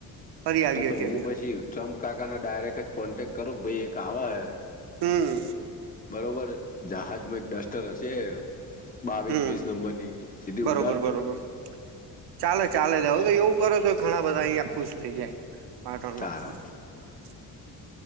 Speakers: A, on the right; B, on the left.
A: ફરી આવીએ
B: તો તો
A: કે
B: હું
A: બે
B: પછી ટ્રમ્પ કાકાને ડાયરેક્ટ જ કોન્ટેક્ટ કરું ભાઈ એક આવા હે.
A: હમ
B: બરોબર જહાજમાં એક ડસ્ટર હશે. બાવીસ
A: હમ
B: વીસ નંબરની. સીધી
A: બરોબર
B: ઉડાડજો
A: બરોબર
B: ને
A: ચાલે ચાલે તો એવું કરો તો ઘણા બધા અહિયાંયા ખુશ થઇ જાય. પાટોળમાં
B: તારા
A: <unintelligible>